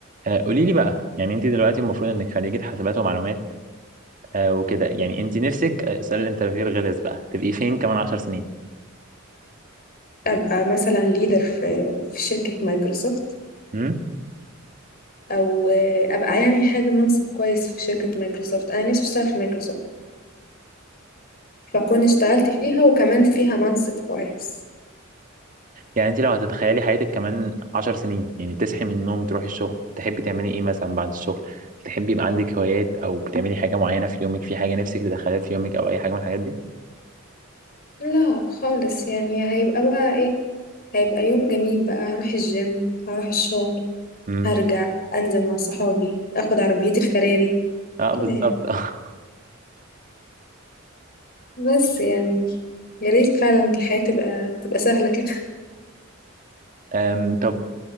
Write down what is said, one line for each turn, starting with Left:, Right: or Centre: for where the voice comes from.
Right: آه، قولي لي بقى يعني انت دلوقتي المفروض انك خريجة حاسبات ومعلومات آه، وكده يعني انت نفسك آه، سؤال الانترفيو الغلس بقى تبقي فين كمان عشر سنين
Left: ابقى مثلا ليدر في في شركة مايكروسوفت
Right: امم
Left: او ابقى يعني حاجة منصب كويس في شركة مايكروسوفت انا نفسي اشتغل في مايكروسوفت فكون اشتغلت فيها وكمان فيها منصب كويس
Right: يعني انت لو هتتخيلي حياتك كمان عشر سنين يعني تصحي من النوم تروحي الشغل تحبي تعملي ايه مثلا بعد الشغل تحبي يبقى عندك هوايات او بتعملي حاجة معينة في يومك في حاجة نفسك تدخليها في يومك او اي حاجة من الحاجات دي
Left: لا خالص يعني هيبقى بقى ايه هيبقى يوم جميل بقى هروح الجيم هروح الشغل
Right: امم
Left: هرجع انزل مع صحابي اخد عربيتي الفراري
Right: اه
Left: كده
Right: بالظبط
Left: يعني.
Right: <laughs>
Left: بس يعني يا ريت فعلا الحياة تبقى تبقى سهلة كده
Right: أم، طب